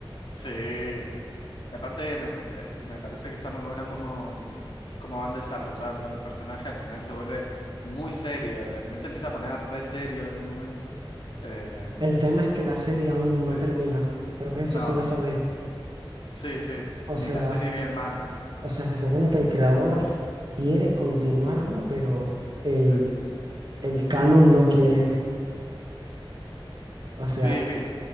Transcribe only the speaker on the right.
El tema es que la serie aún
no termina. Creo que eso
sí lo sabéis.
O
sea,
o sea, se supone que el creador quiere continuarla, pero el,
el canon no quiere. O sea,